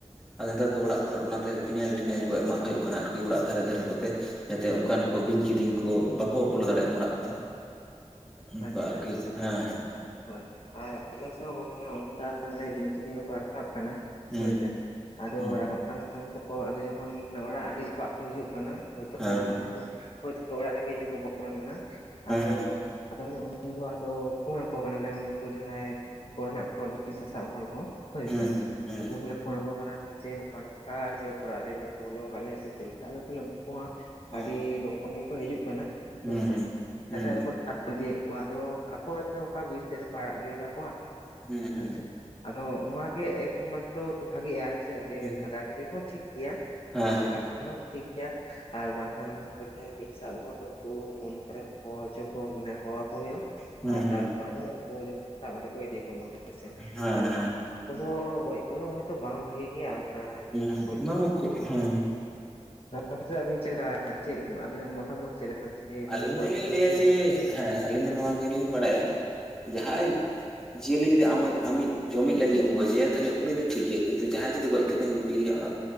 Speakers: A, in the centre; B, on the left (about 55°).
A: ᱟᱫᱚ ᱱᱮᱛᱟᱨ ᱫᱚ ᱚᱲᱟᱜ ᱠᱚᱨᱮ ᱚᱱᱟᱛᱮ ᱯᱷᱤᱱᱟᱭᱮᱞ ᱴᱮᱱᱟᱭᱮᱞ ᱠᱚ ᱮᱢᱟᱜ ᱦᱩᱭᱩᱜ ᱠᱟᱱᱟ ᱟᱨᱠᱤ ᱚᱲᱟᱜ ᱫᱷᱟᱨᱮ ᱫᱷᱟᱨᱮ ᱠᱚᱛᱮ᱾ ᱡᱟᱛᱮ ᱚᱱᱠᱟᱱ ᱠᱚ ᱵᱤᱧ ᱠᱤᱨᱤᱧ ᱠᱚ ᱵᱟᱠᱚ ᱵᱚᱞᱚ ᱫᱟᱲᱮᱭᱟᱜ ᱚᱲᱟᱜ ᱠᱚ᱾ ᱚᱱᱠᱟ
B: ᱟᱪᱷᱟ
A: ᱟᱨᱠᱤ
B: ᱟᱪᱷᱟ
A: ᱦᱮᱸ
B: ᱦᱳᱭ᱾ ᱦᱳᱭ ᱟᱨ ᱟᱞᱮ ᱥᱮᱫ ᱦᱚᱸ ᱜᱚᱝᱠᱮ ᱚᱱᱠᱟ ᱢᱟᱱᱮ ᱵᱤᱧ ᱠᱤᱫᱤᱧ ᱠᱚᱠᱚ ᱨᱟᱠᱟᱵ ᱠᱟᱱᱟ᱾
A: ᱦᱮᱸ
B: ᱦᱳᱭ ᱥᱮ ᱟᱫᱚ
A: ᱦᱩᱸ
B: ᱨᱟᱠᱟᱵ ᱠᱟᱱ ᱠᱷᱟᱱ ᱠᱚ ᱟᱫᱚ ᱡᱚᱠᱷᱚᱱ ᱚᱲᱟᱜ ᱟᱹᱰᱤ ᱡᱟᱯᱟᱜ ᱠᱚ ᱦᱤᱡᱩᱜ ᱠᱟᱱᱟ᱾ ᱦᱚᱭ ᱛᱚ
A: ᱦᱩᱸ ᱦᱮᱸ
B: <inaudible> ᱦᱚᱭ ᱛᱚ ᱚᱲᱟᱜ ᱨᱮᱜᱮ ᱡᱚᱫᱤ ᱠᱚ ᱵᱚᱞᱚᱱ ᱠᱟᱱᱟ ᱟᱫᱚ
A: ᱦᱮᱸ
B: ᱟᱫᱚ ᱚᱱᱮ ᱩᱱᱫᱚ ᱟᱫᱚ ᱯᱷᱳᱱ ᱟᱠᱚ ᱠᱟᱱᱟᱞᱮ ᱩᱱᱠᱩ ᱡᱟᱦᱟᱸᱭ ᱩᱱᱠᱩ ᱦᱮᱱᱟᱜ ᱠᱚᱣᱟ ᱵᱤᱧ ᱥᱟᱥᱟᱵ ᱦᱚᱲ ᱠᱚ ᱦᱳᱭ
A: ᱦᱮᱸ
B: ᱥᱮ
A: ᱦᱮᱸ
B: ᱩᱱᱠᱩ ᱠᱚᱞᱮ ᱯᱷᱳᱱ ᱟᱠᱚ ᱠᱟᱱᱟ ᱡᱮ ᱱᱚᱝᱠᱟ ᱱᱚᱝᱠᱟ ᱡᱮ ᱚᱲᱟᱜ ᱨᱮ ᱵᱤ ᱠᱚ ᱵᱚᱞᱚ ᱟᱠᱟᱫ ᱞᱮᱭᱟ ᱥᱮ ᱪᱮᱫ ᱞᱮᱠᱟ ᱛᱟᱦᱮ ᱩᱱᱠᱩ ᱦᱚᱸ
A: ᱦᱩᱸ
B: ᱟᱹᱰᱤ ᱞᱚᱜᱚᱱ ᱜᱮᱠᱚ ᱦᱤᱡᱩᱜ ᱠᱟᱱᱟ
A: ᱦᱩᱸ
B: ᱦᱳᱭ ᱥᱮ
A: ᱦᱩᱸ ᱦᱚᱸ ᱦᱩᱸ ᱦᱩᱸ
B: <inaudible> ᱟᱫᱚ ᱠᱚ ᱤᱫᱤᱭᱮᱫ ᱠᱚᱣᱟ᱾ ᱟᱫᱚ ᱟᱠᱚ ᱦᱚᱭᱛᱚ ᱚᱠᱟ ᱵᱤᱨ ᱥᱮᱫ ᱨᱮᱠᱚ ᱟᱲᱟᱜ ᱜᱤᱲᱤ ᱠᱟᱠᱚᱣᱟ᱾
A: ᱦᱩᱸ ᱦᱩᱸ
B: ᱦᱮᱸᱪᱮ ᱟᱫᱚ ᱱᱚᱣᱟ ᱜᱮ ᱮᱠᱢᱟᱛᱨᱚ ᱵᱷᱟᱜᱤᱜᱼᱟ᱾ ᱦᱮᱸ ᱥᱮ? ᱡᱮ
A: ᱦᱩᱸ ᱦᱩᱸ ᱦᱩᱸ
B: ᱞᱟᱜᱟ ᱜᱤᱰᱤ ᱦᱚᱸ ᱴᱷᱤᱠ ᱜᱮᱭᱟ
A: ᱦᱮᱸ
B: ᱦᱳᱭᱥᱮ
A: ᱦᱮᱸ ᱦᱮᱸ
B: ᱞᱟᱜᱟ ᱜᱤ <inaudible> ᱦᱚᱸ ᱴᱷᱤᱠ ᱜᱮᱭᱟ ᱟᱨ ᱵᱟᱝᱠᱷᱟᱱ ᱩᱱᱠᱩ ᱡᱟᱦᱟᱸᱭ ᱵᱤᱧ ᱥᱟᱵ ᱦᱚᱲ ᱩᱱᱠᱩ ᱯᱷᱳᱱ ᱛᱮ ᱦᱚᱦᱚ ᱦᱚᱪᱚ ᱠᱚ ᱢᱟᱱᱮ ᱦᱚᱦᱚ ᱟᱠᱚ ᱦᱩᱭᱩᱜᱼᱟ
A: ᱦᱩᱸ
B: ᱟᱨ
A: ᱦᱩᱸ
B: ᱛᱟᱨᱯᱚᱨ
A: ᱦᱩᱸ
B: ᱟᱫᱚ ᱩᱱᱠᱩ ᱡᱮᱢᱚᱱ ᱥᱟᱵ ᱠᱟᱛᱮ ᱠᱚ ᱤᱫᱤ ᱠᱚᱢᱟ ᱦᱳᱭ ᱥᱮ
A: ᱦᱮᱸ
B: ᱟᱨ ᱱᱚᱣᱟ ᱟᱫᱚ ᱜᱚᱡ ᱠᱚᱫᱚ ᱦᱚᱭᱛᱚ <unintelligible> ᱵᱟᱝ ᱵᱷᱟᱜᱤ ᱜᱮᱭᱟ ᱢᱟᱱᱮ ᱵᱤᱧ ᱠᱚ
A: ᱦᱮᱸ
B: ᱜᱚᱡ
A: ᱦᱩᱸ
B: ᱫᱚ
A: ᱦᱩᱸ ᱦᱮᱸ
B: ᱱᱚᱣᱟ ᱵᱷᱤᱛᱚᱨᱤ ᱨᱮ ᱟᱹᱵᱤᱱ ᱪᱮᱫ ᱞᱮᱠᱟ, ᱪᱮᱫ ᱟᱵᱤᱱᱟᱜ ᱢᱚᱛᱟᱢᱚᱛ ᱪᱮᱫ ᱞᱮᱠᱟ, ᱡᱮ ᱵᱤᱧ
A: ᱟᱹᱞᱤᱧ
B: ᱜᱚᱡ
A: ᱫᱚᱞᱤᱧ
B: ᱠᱚ ᱵᱷᱟᱜᱮᱭᱟ?
A: <inaudible> ᱦᱮᱸ ᱟᱹᱞᱤᱧ ᱦᱚ ᱱᱚᱣᱟ ᱜᱮᱞᱤᱧ ᱵᱟᱲᱟᱭᱟ ᱾ᱡᱟᱦᱟᱸᱭ ᱡᱤᱭᱟᱹᱞᱤ ᱡᱩᱫᱤ ᱟᱢᱟᱜ ᱟᱢᱤᱡ ᱡᱚᱢᱤᱫ ᱞᱟᱹᱜᱤᱫ ᱮᱢ ᱜᱚᱡᱮᱭᱟ ᱛᱟᱦᱚᱞᱮ ᱩᱱᱤ ᱫᱚ ᱴᱷᱤᱠ ᱜᱮᱭᱟ ᱠᱤᱱᱛᱩ ᱡᱟᱦᱟᱸᱭ ᱡᱩᱫᱤ ᱜᱚᱡ ᱪᱤᱠᱟᱹᱛᱮᱢ ᱜᱤᱰᱤᱭᱼᱟ ᱚᱱᱟ